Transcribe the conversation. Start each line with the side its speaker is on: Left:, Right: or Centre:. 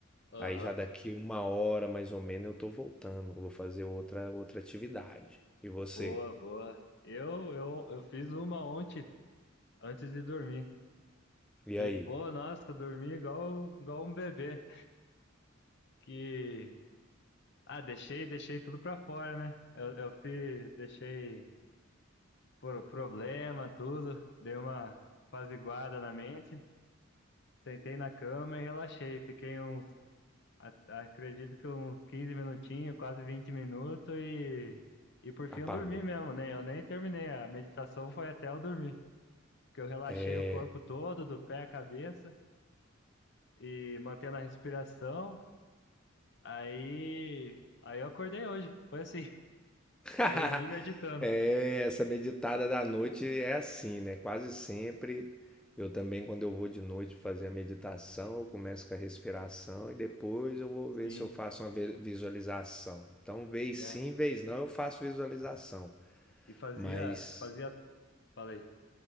Centre: Aí
Left: Aham,
Centre: já daqui uma hora mais ou menos eu tô voltando, vou fazer outra outra atividade. E você?
Left: boa, boa. Eu, eu, eu fiz uma ontem, antes de dormir.
Centre: E
Left: E,
Centre: aí?
Left: pô, nossa, dormi igual, igual um bebê. Que, ah, deixei, deixei tudo pra fora, né? Eu, eu fui, deixei por problema, tudo. Dei uma apaziguada na mente, sentei na cama e relaxei. Fiquei uns, a- acredito que uns 15 minutinhos, quase 20 minutos e, e por fim
Centre: Apagou.
Left: eu dormi mesmo, né? Eu nem terminei, a meditação foi até eu dormir, que eu relaxei
Centre: É.
Left: o corpo todo, do pé à cabeça e mantendo a respiração. Aí, aí eu acordei hoje, foi assim, <laughs>
Centre: <laughs>
Left: dormi meditando.
Centre: É, essa meditada da noite é assim, né? Quase sempre eu também quando eu vou de noite fazer a meditação, eu começo com a respiração e depois eu vou
Left: Sim,
Centre: ver se eu faço uma ve- visualização. Então, vez
Left: né?
Centre: sim, vez não, eu faço visualização,
Left: E fazia,
Centre: mas
Left: fazia, falei,